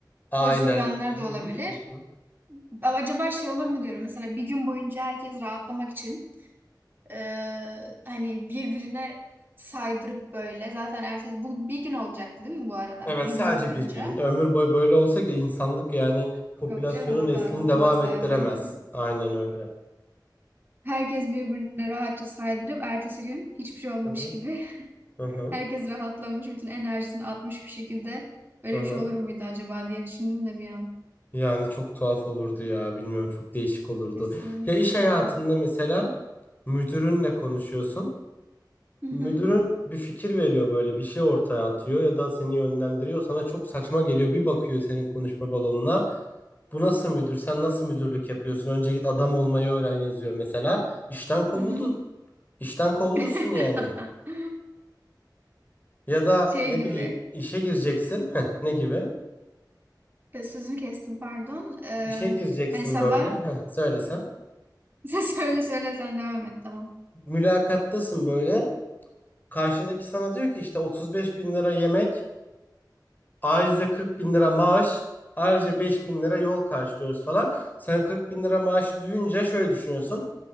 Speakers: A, on the left; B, on the right.
A: Aynen.
B: Pozitif yanları
A: Hı
B: da olabilir.
A: hı hı hı.
B: Ama acaba şey olur mu diyorum. Mesela bir gün boyunca herkes rahatlamak için eee, hani birbirine saydırıp böyle. Zaten ertesi bu bir gün olacaktı değil mi bu arada?
A: Evet
B: Bir
A: sadece
B: gün boyunca.
A: bir gün. Ömür boyu böyle olsa ki insanlık yani popülasyonun
B: Yok canım o
A: neslini
B: da olmaz
A: devam
B: zaten.
A: ettiremez. Aynen öyle.
B: Herkes birbirine rahatça saydırıp ertesi gün hiçbir şey olmamış
A: Hı hı.
B: gibi
A: Hı
B: <laughs>
A: hı.
B: herkes rahatlamış, bütün enerjisini atmış bir şekilde. Böyle
A: Hı hı.
B: bir şey olur muydu acaba diye düşündüm de bir an.
A: Yani çok tuhaf olurdu ya. Bilmiyorum çok değişik olurdu.
B: Kesinlikle.
A: Ya iş hayatında mesela müdürünle konuşuyorsun.
B: Hı hı.
A: Müdürün bir fikir veriyor böyle bir şey ortaya atıyor ya da seni yönlendiriyor. Sana çok saçma geliyor. Bir bakıyor senin konuşma balonuna. Bu nasıl müdür? Sen nasıl müdürlük yapıyorsun? Önce git adam olmayı öğren yazıyor mesela. İşten kovuldun.
B: Hı hı.
A: İşten kovulursun
B: <laughs>
A: yani. Ya da
B: Şey
A: ne
B: gibi.
A: bileyim işe gireceksin. Heh, ne gibi?
B: e, Sözünü kestim pardon. Ee,
A: İşe gireceksin
B: hani sabah
A: böyle.
B: <laughs>
A: Heh, söylesem.
B: sen söyle söyle sen devam et tamam.
A: Mülakattasın böyle. Karşındaki sana diyor ki işte 35 bin lira yemek, ayrıca 40 bin lira maaş, ayrıca 5 bin lira yol karşılıyoruz falan. Sen 40 bin lira maaş duyunca şöyle düşünüyorsun,